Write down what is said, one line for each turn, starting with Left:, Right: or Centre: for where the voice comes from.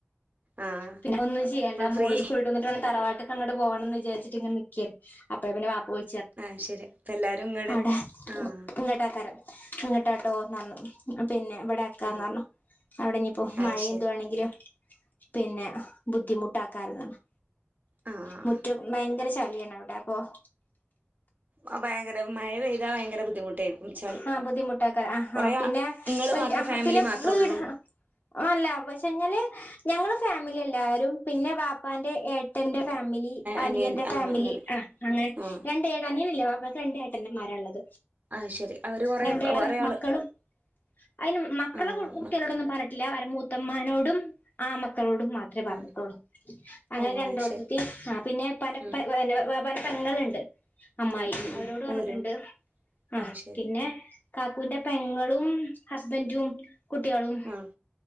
Right: ആഹ്
Left: പിന്നെ ഒന്നും ചെയ്യണ്ട
Right: ഫുൾ ഫ്രീ
Left: മോള് സ്കൂള് വിട്ട് വന്നിട്ട് വേണം തറവാട്ടി അങ്ങോട്ട് പോകണം എന്ന് വിചാച്ചിട്ടിങ്ങനെ നിക്കയാ അപ്പത്തേനും വാപ്പ
Right: ആഹ് ശരി ഇപ്പ എല്ലാരും ഇങ്ങട്
Left: <unintelligible> അവിടെ
Right: ആഹ്
Left: ഇങ്ങട്ടേകാരം ഇങ്ങട്ടാട്ടോ എന്ന് പറഞ്ഞു പിന്നെ ഇവിടെ ആക്കാന്ന്
Right: ആഹ്
Left: പറഞ്ഞു അവിടെ ഇനി ഇപ്പോ
Right: അത്
Left: മഴയും
Right: ശരി
Left: ഇതും ആണെങ്കിലും പിന്നെ ബുദ്ധിമുട്ടാക്ക <unintelligible>
Right: ആഹ്
Left: മുറ്റം ഭയങ്കര ചളിയാണവിടെ ഓഹ്
Right: ആഹ് ഭയങ്കര മഴ പെയ്താ ഭയങ്കര ബുദ്ധിമുട്ടായിരിക്കും ചളി
Left: ആ ബുദ്ധിമുട്ടാക്കാ
Right: കുറെ
Left: പിന്നെ
Right: ആ നിങ്ങള്
Left: വല്യ
Right: മാത്രം ഫാമിലി
Left: പിന്നെ
Right: മാ ത്രേയുള്ളൂ
Left: വീട് അല്ല പക്ഷെ എന്നാല് ഞങ്ങള് ഫാമിലി എല്ലാരും പിന്നെ വാപ്പാന്റെ ഏ ട്ടൻ്റെ ഫാമിലി അനിയന്റെ
Right: അനിയൻ ആഹ്
Left: ഫാമിലി
Right: അങ്ങനെ
Left: ആഹ് അങ്ങനെ
Right: ആഹ്
Left: രണ്ട് ഏ അനിയനില്ല വാപ്പാ രണ്ട് ഏട്ടൻ്റെ മാരാ ഉള്ളത്
Right: അത് ശരി അവര് കൊറേ
Left: രണ്ട്
Right: കൊറേ ആള്
Left: മക്കളും അയ്ന് മക്കളെ
Right: ആഹ്
Left: കുട്ടികളോടൊന്നും
Right: മക്ക
Left: പറ ഇല്ലാവരെ മൂത്തമ്മാനോടും ആൺ മക്കളോടും മാ ത്രവേ പറഞ്ഞിട്ടൊള്ളൂ
Right: ആഹ്
Left: അങ്ങനെ
Right: ഓഹ്
Left: രണ്ടോടുത്തേത്തെയും
Right: അത് ശരി
Left: പിന്നെ ഉപ്പാന്റെ
Right: ഉം
Left: പെ വെ പല പെങ്ങളുണ്ട് അമ്മായി
Right: ഉം ഉം
Left: അവരോട്
Right: ഉം
Left: പറഞ്ഞിട്ടുണ്ട്
Right: ഓരും
Left: ആ
Right: അത് ശരി
Left: പി ന്നെ കാക്കൂന്റെ പെങ്ങളും ഹസ്ബൻഡും കുട്ടികളും
Right: ആഹ്